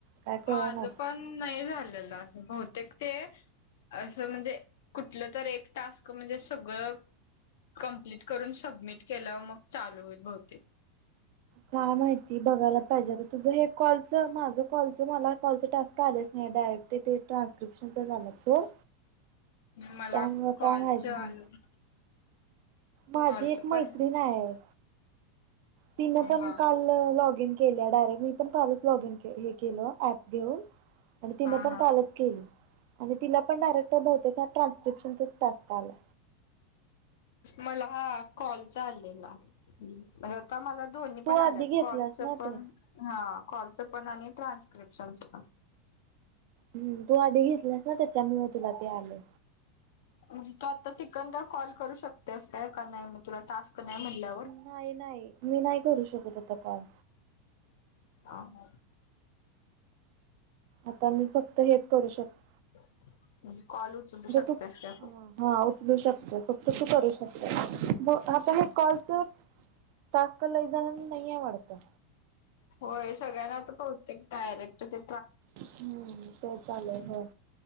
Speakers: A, on the right; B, on the left.
A: काय कळनाच
B: माझं पण नाही झालेलं असं बहुतेक ते असं म्हणजे कुठलं तर एक टास्क म्हणजे सगळं कंप्लीट करून सबमिट केल्यावर मग चालू होईल, बहुतेक.
A: काय माहिती बघायला पाहिजे तर तुझं हे कॉलचं माझं कॉलच मला कॉलचं टास्क आलेच नाही डायरेक्ट ते तेे ट्रान्स्क्रिप्शन तर झालं सोड.
B: मला
A: त्यामुळे काय
B: कॉलच
A: माहित नाही.
B: आलं.
A: माझी
B: कॉलच
A: एक
B: पण
A: मैत्रीण आहे तिन
B: हा
A: पण काल लॉगिन केल डायरेक्ट मी पण कालच लॉगिन हे केल ऍप घेऊन आणि तिनं
B: हा
A: पण
B: हा
A: कालच केली आणि तिला पण डायरेक्ट बहुतेक ट्रान्स्क्रिप्शनचाच टास्क आला.
B: मला कॉलचा आलेला. आता मला दोन्ही
A: तू
B: पण
A: आधी
B: आल्यात
A: घेतलास
B: कॉलचं
A: ना
B: पण
A: ते
B: हा कॉलच पण आणि ट्रान्स्क्रिप्शनचपण
A: हम्म तू आधी घेतलास ना त्याच्या मुळ तुला ते आले.
B: म्हणजे तू आता तिकडन कॉल करू शकतेस काय का नाही मी तुला टास्क नाही म्हणल्यावर
A: नाही नाही मी नाही करू शकत आता कॉल.
B: हा ना.
A: आता मी फक्त हेच करू शक
B: म्हणजे कॉल उचलू शकतेस
A: तू
B: का तु
A: हा उचलू शकते फक्त तू करू शकते मग आता हे कॉलच टास्क लईजणाना नाहीय वाटतं.
B: होय सगळ्यांना आता बहुतेक डायरेक्टच ये
A: हम्म तेच आलय हो.